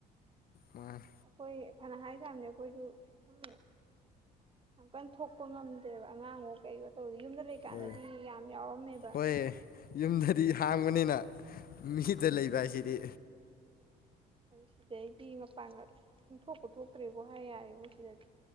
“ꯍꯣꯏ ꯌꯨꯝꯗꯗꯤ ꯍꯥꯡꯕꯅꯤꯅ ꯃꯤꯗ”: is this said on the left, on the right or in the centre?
Left